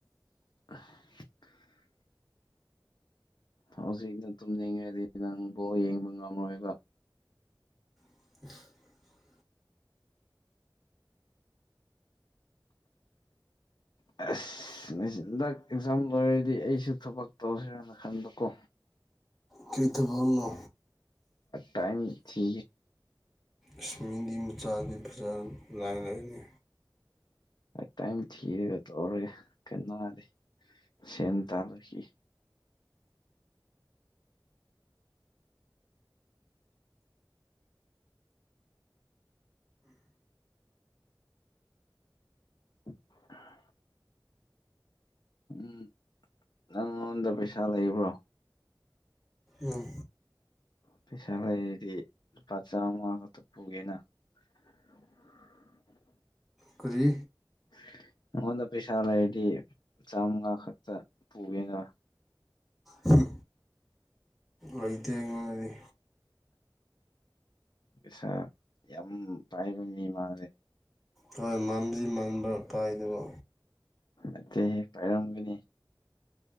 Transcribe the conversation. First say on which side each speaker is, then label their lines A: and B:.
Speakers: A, on the left; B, in the centre.
A: <unintelligible> ꯍꯧꯖꯤꯛꯅ ꯇꯨꯝꯅꯤꯡꯉꯗꯤ ꯅꯪ ꯕꯣ ꯌꯦꯡꯕ ꯉꯝꯔꯣꯏꯕ
B: <unintelligible>
A: <inaudible> ꯑꯁ ꯍꯟꯗꯛ ꯑꯦꯛꯖꯥꯝ ꯂꯣꯏꯔꯗꯤ ꯑꯩꯁꯨ ꯊꯕꯛ ꯇꯧꯁ꯭ꯔꯦꯅ ꯈꯟꯕꯀꯣ
B: ꯀꯤꯔꯊꯄꯨꯝꯅ
A: ꯇꯥꯏꯝ ꯊꯦ
B: ꯏꯁꯃꯤꯗꯤ ꯃꯆꯥꯗꯤ ꯐꯖꯥ ꯂꯥꯏ ꯂꯥꯏꯅꯤ
A: ꯇꯥꯏ ꯊ ꯇꯒ ꯀꯅꯥꯗꯤ ꯁꯦꯟ ꯇꯅꯀꯤ <inaudible> ꯎꯝ ꯅꯪꯗ ꯄꯩꯁꯥ ꯂꯩ ꯂꯩꯕ꯭ꯔꯣ
B: ꯎ
A: ꯄꯩꯁꯥ ꯂꯩꯔꯗꯤ ꯂꯨꯄꯥ ꯆꯥꯝꯃ ꯈꯛꯇ ꯄꯨꯒꯦꯅ <inaudible>
B: ꯄꯨꯨ ꯀ꯭ꯔꯤ
A: <inaudible> ꯑꯩꯉꯣꯟꯗ ꯄꯩꯁꯥ ꯂꯩꯔꯗꯤ ꯆꯥꯝꯃꯉꯥ ꯈꯛꯇ ꯄꯨꯒꯦꯅꯦ
B: ꯍꯨꯝ ꯂꯩꯇꯦꯉꯅꯤ
A: ꯁ ꯌꯥꯝ ꯄꯥꯏꯕ ꯃꯤꯃꯦ
B: ꯍꯣꯏ ꯃꯝꯁꯤ ꯃꯥꯟꯕ꯭ꯔꯥ ꯄꯥꯏꯗꯕ
A: ꯑꯇꯩ ꯄꯥꯏꯔꯝꯒꯅꯤ